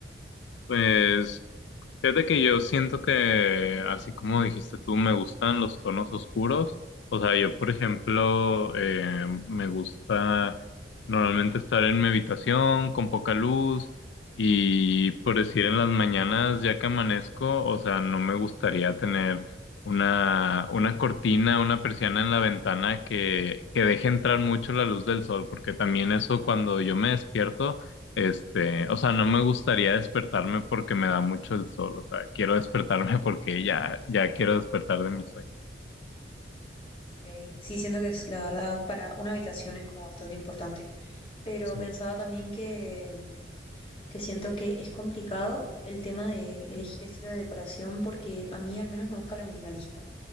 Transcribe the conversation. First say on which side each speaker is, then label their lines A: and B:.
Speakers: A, on the left; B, on the left.
A: Pues fíjate que yo siento que, así como dijiste tú, me gustan los tonos oscuros. O sea, yo, por ejemplo, eh, me gusta normalmente estar en mi habitación con poca luz y, por decir, en las mañanas ya que amanezco, o sea, no me gustaría tener una, una cortina, una persiana en la ventana que, que deje entrar mucho la luz del sol, porque también eso cuando yo me despierto este, o sea, no me gustaría despertarme porque me da mucho el sol, o sea, quiero despertarme <laughs> porque ya, ya quiero despertar
B: Claro.
A: de mi sueño.
B: Ok. Sí, siento que es la verdad, para una habitación es como bastante importante. Pero
A: Sí.
B: pensaba también que, que siento que es complicado el tema de elegir estilo de decoración porque a mí al menos me gusta lo minimalista.